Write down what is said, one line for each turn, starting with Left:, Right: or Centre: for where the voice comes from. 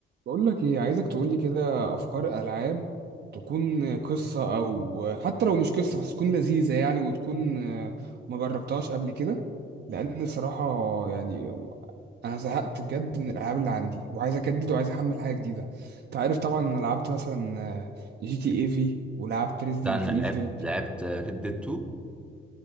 Right: بقول لك ايه عايزك تقول لي كده افكار العاب تكون قصه او حتى لو مش قصه بس تكون لذيذه يعني وتكون آه، ما جربتهاش قبل كده لان صراحه يعني انا زهقت بجد من الالعاب اللي عندي وعايز اجدد وعايز احمل حاجه جديده انت عارف طبعا انا لعبت مثلا جي تي اي في ولعبت ريزيدنت
Centre: ده انا
Right: ايفل
Centre: لعبت لعبت ريد ديد 2